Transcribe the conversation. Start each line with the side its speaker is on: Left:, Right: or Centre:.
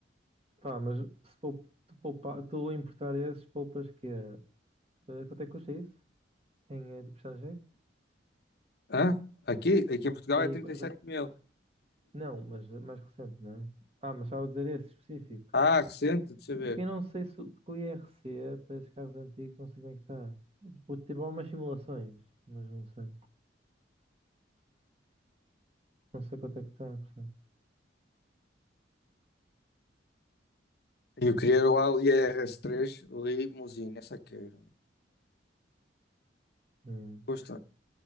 Right: Pá, mas se poup- tu poupa- tu a importar esses, poupas que é. Eh, Quanto é que custa isso? Em eh, tipo estrangeiro?
Left: Hã? Aqui, aqui em Portugal
Right: Aí,
Left: é trinta
Right: qu-
Left: e sete
Right: qu-
Left: mil.
Right: não, mas eh, mais recente, não é? Ah, mas estava a dizer esse específico.
Left: Ah, recente, deixa eu ver.
Right: Porque eu não sei se. o- Porque o IRC para esses carros antigos, não sei como é que está. Tipo, tive algumas simulações, mas não sei. Não sei quanto é que está, portanto.
Left: E Eu queria era o Audi RS3 Limousine, essa quero.
Right: Hum,
Left: Custa.